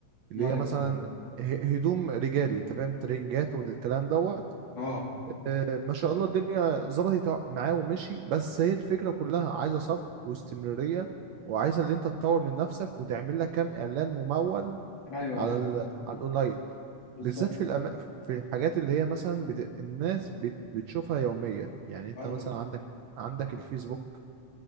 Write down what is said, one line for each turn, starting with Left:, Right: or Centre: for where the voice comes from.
Right: اللي
Left: ايوه
Right: هي
Left: أيوة.
Right: مثلا ه- هدوم رجالي انت فاهم ترنجات والكلام دوت
Left: اه
Right: آه، ما شاء الله الدنيا ظبطت معاه ومشي بس هي الفكره كلها عايزه صبر واستمراريه وعايزه اللي انت تطور من نفسك وتعمل لك كام اعلان ممول
Left: ايوه
Right: على
Left: ايوه
Right: ال... على الاونلاين
Left: بالظبط
Right: بالذات في الأما... في الحاجات اللي هي مثلا بت... الناس بت... بتشوفها يوميا يعني انت
Left: ايوه
Right: مثلا عندك عندك الفيسبوك